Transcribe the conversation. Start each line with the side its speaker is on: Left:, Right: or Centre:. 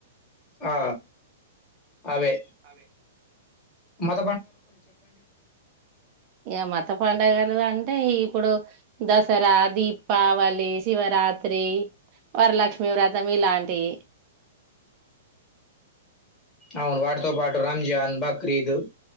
Left: ఆ అవే.
Right: అవే
Left: మాక్
Right: ఇగ మత పడుగలు అంటే? అంటే ఇప్పుడు దసరా, దీపావళి, శివరాత్రి వరలక్ష్మి వ్రతం ఇలాంటివి.
Left: అవును. వాటితో పాటో రంజాన్, బక్రీద్.